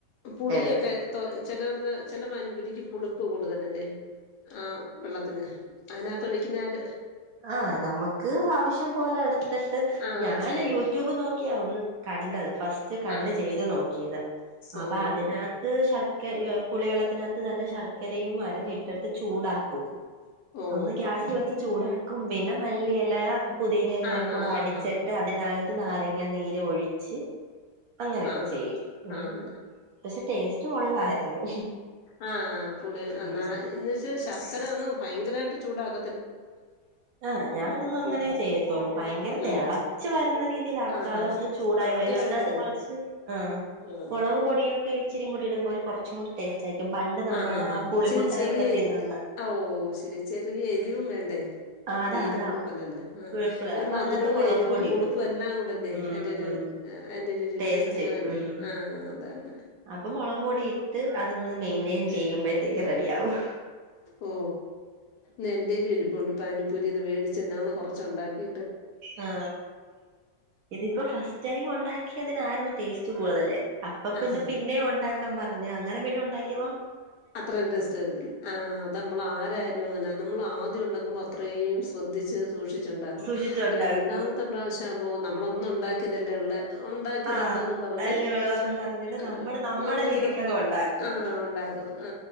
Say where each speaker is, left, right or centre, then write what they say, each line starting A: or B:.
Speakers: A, on the left (about 70°); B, on the right (about 65°).
A: പുളിയൊക്കെ
B: എടുത്ത്
A: ചില ചില പാനിപൂരിക്ക് പുളി ഉപ്പ കൂടുതലല്ലേ ആ വെള്ളത്തിന് അതിനകത്ത് ഒഴിക്കുന്നതാര്
B: ആ നമുക്ക് ആവശ്യം പോലെ എടുത്തിട്ട്
A: ആഹ്
B: ഞാന്
A: ചെയ്യാ
B: യൂട്യൂബ് നോക്കിയാ ഇതിൽ കണ്ടത് ഫസ്റ്റ് കണ്ട്
A: ആഹ്
B: ചെയ്ത് നോകിയതാ
A: ഓഹോ
B: അപ്പൊ അതിനകത്ത്
A: ഹോ
B: ശർ ക്കെ യെ പുളി വെള്ളത്തിനകത്ത് തന്നെ ശർക്കരയും മരഞ്ഞിട്ടിട്ട് ചൂടാക്കും
A: ഓ
B: ഒന്ന് ഗ്യാസ് വെച്ച് ചൂടാക്കും പിന്നെ മല്ലിയെല പുതിന എല്ലാം
A: ആഹാ
B: കൂടെ അടിച്ചിട്ട്
A: ആഹാ
B: അതിനകത്ത് നാരങ്ങ നീര് ഒഴിച്ച് അങ്ങനൊക്കെ
A: ആ
B: ചെയ്യും ഉം
A: ആഹ്
B: പക്ഷെ ടേസ്റ്റ് കൊള്ളായിരുന്നു
A: ആഹ പുളി എന്ന
B: ഉം
A: എന്നന്ന് വെച്ച ശർക്കര അങ്ങ് ഭയങ്കരമായിട്ട് ചൂടാക്ക
B: ആഹ് ഞാനൊന്നു അങ്ങനെ
A: ഉം
B: ചെയ്യാത്തൊള്ളൂ ഭയങ്കര തേളച്ചു
A: ഉം
B: വരുന്ന രീതിൽ ആ ക്കാതെ
A: ആഹാ
B: ഒന്ന് ചൂടായി
A: ആ അത്
B: വരും
A: വേണ്ടല്ലേ
B: അതിനകത്ത് കുറച്ച് ആഹ്
A: ആഹ്
B: മുളക് പൊടിയൊക്കെ ഇച്ചിരികൂടി ഇടുമ്പോ ഒരു കുറച്ചും കൂടി ടേസ്റ്റ് ആയിരിക്കും പണ്ട് നമ്മുടെ
A: ആ ആാ ഹാ
B: പുളിമുട്ടായി
A: ചെ ചെറിയ
B: ഒക്കെ തിന്നുന്ന
A: ഓ ശെരി ചെറിയ എരിവും വേണ്ടേ
B: ആഹ് അതാ
A: തീരപ്പുളിപ്പല്ലല്ലേ
B: അതാ
A: ആഹ
B: പുഴുപ്പുള്ള
A: ഒരു
B: അപ്പൊ
A: മധുരവും,
B: അതിനകത്ത് മുളക്
A: എരിവും,
B: പൊടി
A: പുളിപ്പും
B: ഇടും
A: എല്ലാം ഉണ്ടല്ലോ
B: ഉം
A: എന്റെ ഒരു
B: ഉം
A: അന്റെ ഒരു രുചി
B: ടേസ്റ്റ്
A: അങ്ങനെയല്ലേ
B: ഉം
A: ആഹ അതന്നെ
B: അപ്പൊ മുളക് പൊടി ഇട്ട് അതൊന്ന് മെയിന്റെയിൻ ചെയ്യുമ്പോഴത്തേക്ക് റെഡിയാവും
A: ഓ നിന്റെരു ഇപ്പണ്ട് പാനിപ്പൊരി ഇത് വേടിച്ച നാൾ കുറച്ച ഉണ്ടാക്കി
B: ആ ഇതിപ്പോ ഫസ്റ്റ്ടൈം ഉണ്ടാക്കിയതിനാരുന്നു ടേസ്റ്റ്‌ ഉവ്വ് അതല്ലേ അപ്പൊ
A: ആഹ്
B: പിന്നെ പിന്നേം ഉണ്ടാക്കാൻ പറഞ്ഞു അങ്ങനെ പിന്നെ ഉണ്ടാക്കിയപ്പോ
A: അത്രേം ടെസ്റ്റുവരത്തില്ല ആ അതുനമ്മൾ ആരായാലും അങ്ങനാ നമ്മൾ ആദ്യം ഉണ്ടാക്കുമ്പോ അത്രയും ശ്രദ്ധിച്ച് സൂക്ഷിച്ചുണ്ടാക്കും
B: സൂക്ഷിച്ചുണ്ടാക്കൂ
A: അപ്പോ രണ്ടാമത്തെ പ്രാവശ്യം ആവുമ്പോ നമ്മളൊന്നും ഉണ്ടാക്കിയതല്ല ഉള്ള ഉണ്ടാക്കിയതല്ലോന്നും
B: ആഹ്
A: പറഞ്ഞ്
B: അല്ല ഉള്ളതൊന്നും പറഞ്ഞിട്ട്
A: ആ
B: നമ്മുടെ നമ്മുടെ
A: നമ്മൾച്ചിരി
B: രീതിക്കങ്ങ് ഉണ്ടാക്കും
A: ആ ഉണ്ടാക്കും ആ